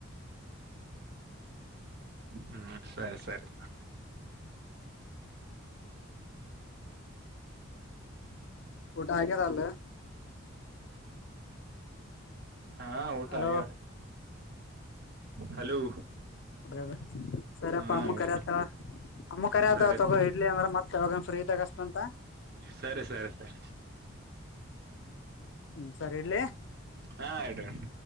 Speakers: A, on the right; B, on the left.
A: ಹ್ಮ್ ಸರಿ ಸರಿ
B: ಊಟಾ ಆಗ್ಯಾದಲ್
A: ಹಾ ಊಟ
B: ಹಲೋ
A: ಹಾಗ್ಯಾರ ಹಲೋ
B: ಹಡ್ಗದ ಸರಿಪ್ಪಾ
A: ಹಾ
B: ಅಮ್ಮ
A: ಊಟ
B: ಕರಿತ ಅಮ್ಮ ಕರಿ ಆತವ
A: ಸರಿ
B: ತಗೋ ಇಡ್ಲಿ ಅಂದ್ರ ಮತ್ತೆ ಯಾವಾಗ ಫ್ರೀದಗಷ್ಟ ಅಂತ
A: ಸರಿ ಸರಿ ಸರಿ
B: ಹ್ಮ ಸರಿ ಇಲ್ಲ
A: ಹಾ ಇಡು ಇಡು